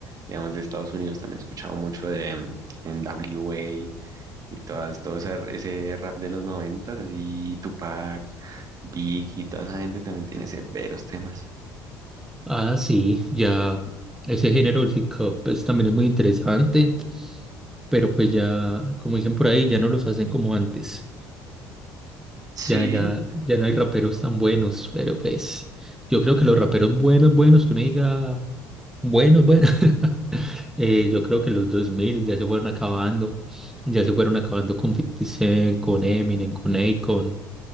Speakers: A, on the right (about 40°); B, in the centre.
A: digamos, de Estados Unidos también he escuchado mucho de mm, N W A y todas, todo ese, ese rap de los noventas, así Tupac, Big y toda esa gente también tiene severos temas.
B: Ah, sí, ya ese género del hip hop pues, también es muy interesante, pero pues ya, como dicen por ahí, ya no los hacen como antes.
A: Sí,
B: Ya, ya, ya no hay raperos tan buenos, pero pues yo creo que los raperos buenos, buenos, que uno diga buenos, buenos, <laughs> eh, yo creo que los 2000 ya se fueron acabando, ya se fueron acabando con 50 Cent, con Eminem, con Akon,